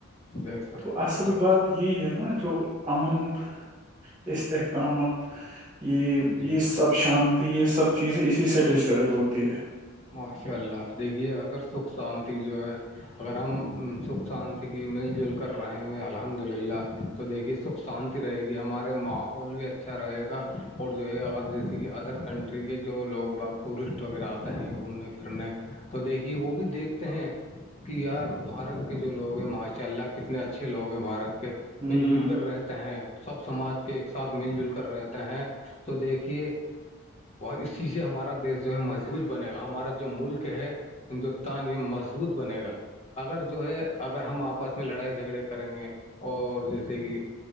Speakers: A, on the left; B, on the right.
A: بے شک
B: تو
A: بے
B: اصل
A: شک
B: بات یہی ہے نا جو امن استحکامت یہ
A: جی
B: یہ سب شانتی یہ سب چیزیں اسی سے ڈسٹرب ہوتی ہے
A: ماشاء اللہ دیکھیے اگر سکھ شانتی جو ہے اگر ہم سکھ شانتی کی مل جل کر رہیں گے الحمد للہ تو دیکھیے سکھ شانتی رہے گی ہمارے ماحول بھی اچھا رہے گا اور جو ہے اگر جیسے کہ ادر کنٹ ٹری کے جو لوگ باغ ٹورسٹ وغیرہ آتے ہیں گھومنے پھرنے تو دیکھیے وہ بھی دیکھتے ہیں کہ یار بھارت کے جو لوگ ہیں ماشاء اللہ کتنے اچھے لوگ ہیں بھارت کے
B: ہوں،
A: مل جل کر رہتے ہیں سب سماج کے ایک ساتھ مل جل کر رہتے ہیں تو دیکھیے اسی سے ہمارا دیش جو ہے مضبوط بنے گا ہمارا جو ملک ہے ہندوستان یہ مضبوط بنے گا اگر جو ہے اگر ہم آپس میں لڑائی جھگڑے کریں گے اور جیسے کہ